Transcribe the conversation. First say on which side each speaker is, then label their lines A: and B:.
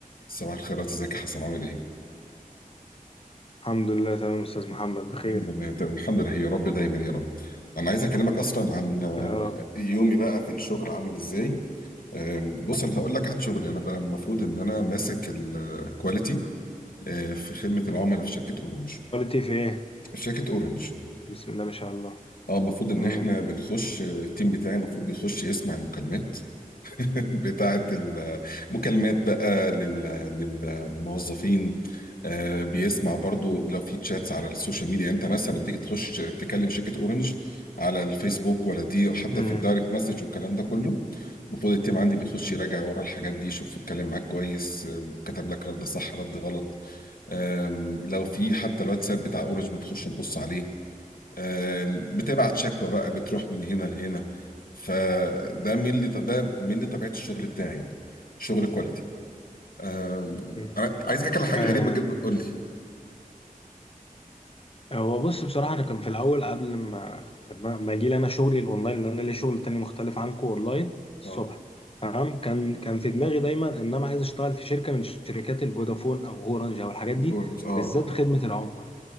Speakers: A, on the left; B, on the left.
A: صباح الخيرات ازيك يا حسن عامل ايه؟
B: الحمد لله تمام يا أستاذ محمد بخير
A: الحمد لله تمام الحمد لله يا رب دايما يا رب انا عايز اكلمك اصلا عن آه،
B: يا رب
A: يومي بقى في الشغل عامل ازاي آم، بص انا هقول لك عن شغلي انا بقى المفروض ان انا ماسك الكواليتي في خدمه العملاء في شركه اورنج
B: كواليتي في إيه؟
A: في شركه اورنج
B: بسم الله ما شاء الله
A: اه المفروض ان
B: مم.
A: احنا بنخش آه، التيم بتاعي المفروض بيخش يسمع المكالمات بتاعة المكالمات بقى لل- للموظفين آه، بيسمع برضو لو في تشاتس على السوشيال ميديا انت مثلا لما تيجي تخش تكلم شركة اورنج على الفيسبوك ولا دي او حتى
B: مم.
A: في الدايركت مسج والكلام ده كله المفروض التيم عندي بيخش يراجع ورا الحاجات دي يشوف اتكلم معاك كويس آه، كتب لك رد صح رد غلط آم، لو في حتى الواتساب بتاع اورنج بنخش نبص عليه آه، بتبعت شكوى بقى بتروح من هنا لهنا فده من اللي ده من اللي طبيعة الشغل بتاعي يعني شغل كواليتي أم،
B: مم.
A: أنا عايز احكي على حاجه
B: آه
A: غريبه جدا قول لي
B: هو بص بصراحة أنا كان في الأول قبل ما ما ما أجي لي أنا شغلي الأونلاين لأن أنا ليا شغل تاني مختلف عنكم أونلاين الصبح
A: اه
B: تمام كان كان في دماغي دايما إن أنا عايز أشتغل في شركة من شركات الفودافون أو أورنج أو الحاجات دي
A: اورنج اه
B: بالذات خدمة العملاء